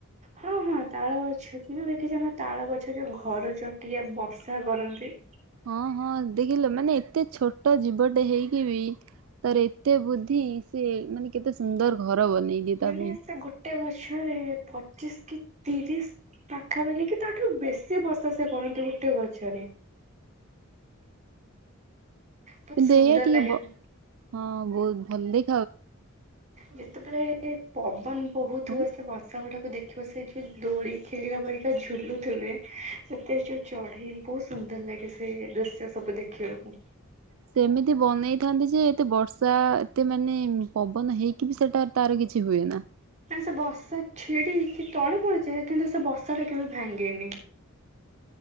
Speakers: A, on the right; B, on the right.
A: ହଁ ହଁ ତାଳ ଗଛ ଅଛି ଯଁ ଦେଖିଛ ନା ତାଳ ଗଛ ଯୋଉ ଘର ଚଟିଆ ବର୍ଷା କରନ୍ତି।
B: ହଁ ହଁ ଦେଖିଲ ମାନେ ଏତେ ଛୋଟ ଜୀବଟେ ହେଇକି ବି ତାର ଏତେ ବୁଦ୍ଧି ସେ ମାନେ କେତେ ସୁନ୍ଦର ଘର ବନେଇ ଦିଏ ତା
A: ମାନେ
B: ପାଇଁ।
A: ସେ ଗୋଟେ ଗଛରେ ପଚିଶ କି ତିରିଶ ପାଖାପାଖି କି ତାଠୁ ବେଶୀ ବର୍ଷା ସେ କରନ୍ତି ଗୋଟେ ଗଛରେ। ବହୁତ
B: ଦେୟ
A: ସୁନ୍ଦର
B: ଟିକେ
A: ଲାଗେ
B: ଵ ହଁ ବହୁତ ଭଲ ଦେ
A: ଯେତେବେଳେ ପବନ ବହୁତ
B: ହଁ
A: ହୁଏ ସେ ବର୍ଷା ଗୁଡାକୁ ଦେଖ ତାପରେ ସେଠି ଦୋଡି ଖେଳିଲା ପରିକା ଝୁଲୁଥିବେ ସେଥିରେ ଯୋଉ ଚଢେଇ ବହୁତ ସୁନ୍ଦର ଲାଗେ ସେ ଦୃଶ୍ୟ ସବୁ ଦେଖିବାକୁ।
B: ସେମିତି ବନେଇଥାନ୍ତି ଯେ ଏତେ ବର୍ଷା ଏତେ ମାନେ ପବନ ହେଇକି ବି ସେଟା ତାର କିଛି ହୁଏ ନା।
A: କାଇ ସେ ବସା ଛିଡିି କି ତଳେ ପଡ଼ିଯାଏ କିନ୍ତୁ ସେ ବସା ଟା କେବେ ଭାଙ୍ଗେନି।